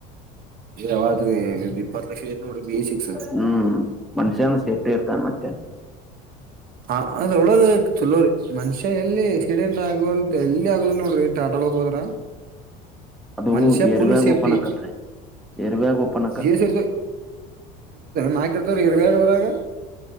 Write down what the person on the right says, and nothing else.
ಯಾವಾದ್ರೆ ಇಪ್ಪತ್ತು ಲಕ್ಷ ಐತ ನೋಡ್ ಬಿ ಏ ಸಿಕ್ಸ್.
ಹಾ ಅದ <unintelligible> ಚಲೋರಿ. ಮನುಷ್ಯ ಎಲ್ಲಿ ಎಕ್ಸಿಡೆಂಟ್ ಆಗುವಲ್ ಎಲ್ಲಿ ಆಗುದಿಲ್ಲ ನೋಡ್ರಿ ಟಾಟಾ ಒಳಗ್ ಹೋದ್ರ
ಮನುಷ್ಯ
full
safety
<unintelligible>
<unintelligible> ನಾಲ್ಕು ಇರ್ತವ್ರ ಇರ್ಬೇಕದ್ರಗ.